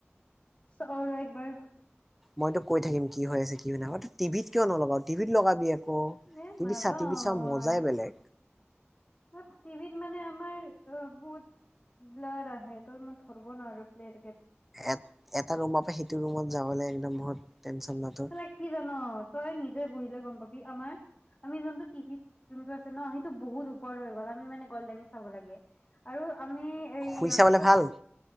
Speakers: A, on the left; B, in the centre.
A: চাও ৰ একবাৰ
B: মইতো কৈ থাকম কি হৈ আছে কি হয় নাই তো টিভিত কিয় নলা টিভিত লগাবি আকৌ
A: ন
B: টিভিত
A: নাজাও
B: চা টিভিত চোৱা মজাই
A: ম
B: বেলেগ
A: অ', টিভিত মানে আমাৰ অ বহুত ব্লাৰ আহে <unintelligible> ধৰিব নোৱাৰি, প্লে
B: এ-এটা ৰুমৰ পৰা সেইটো ৰুমত যাবলৈ একদম বহুত টেনচন ন তোৰ
A: <unintelligible> কি জান? তই নিজে বহিলে গম পাবি আমাৰ আমি যোনটো টি ভিত যোনটো আছে ন! সেইটো বহুত ওপৰ হৈ গ'ল, আমি মানে গল দাঙি চাব লাগে আৰু আমি এই
B: শুই চাবলৈ
A: কি কয়
B: ভাল,